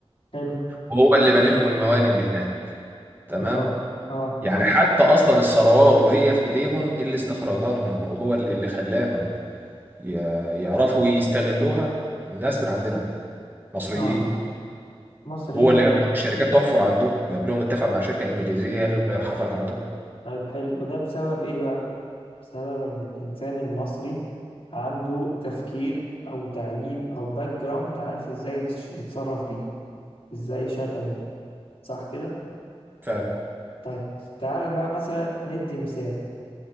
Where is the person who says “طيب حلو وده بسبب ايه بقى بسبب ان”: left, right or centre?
Left